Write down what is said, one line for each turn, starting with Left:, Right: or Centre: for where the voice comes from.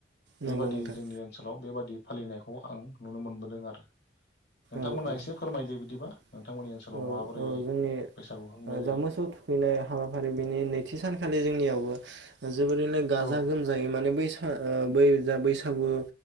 Right: नंगौ
Left: बेबादि
Right: नोंथां
Left: जोंनि ओनसोलाव बेबादि फालिनायखौ आं नुनो मोनबोदों आरो नोंथांमोना
Right: औ-औ-औ-औ
Left: एसे फोरमायदो बिदिबा नोंथांमोननि ओनसोलाव माबोरै
Right: जोंनि
Left: बैसागु खुंनाय जायो।
Right: जा मोसौ थुखैनाय हाबाफारि बेनि नैथि सानखालि जोंनियावबो जोबोरैनो गाजा
Left: औ
Right: गोमजायै माने बैसा ओ बै जा बैसागु